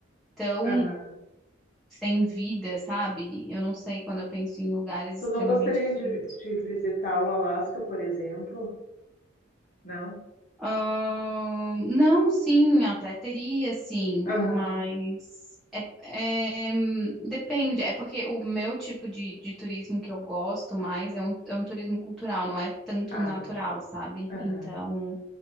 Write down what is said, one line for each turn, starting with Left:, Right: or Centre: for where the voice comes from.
Centre: tão
Left: aham.
Centre: sem vida, sabe? Eu não sei quando eu penso em lugares
Left: Tu
Centre: extremamente
Left: não gostaria de,
Centre: frios.
Left: de visitar o Alasca, por exemplo? Não?
Centre: Ahn, não, sim, até teria, sim,
Left: Aham,
Centre: mas é, é, hum, depende. É porque o meu tipo de, de turismo que eu gosto mais é um, é um turismo cultural, não é tanto
Left: ah,
Centre: natural, sabe?
Left: aham,
Centre: Então.